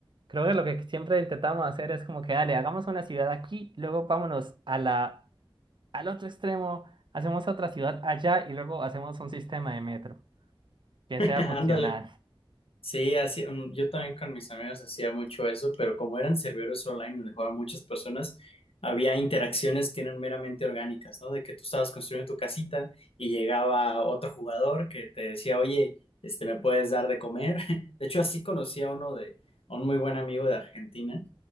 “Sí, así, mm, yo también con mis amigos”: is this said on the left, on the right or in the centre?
Left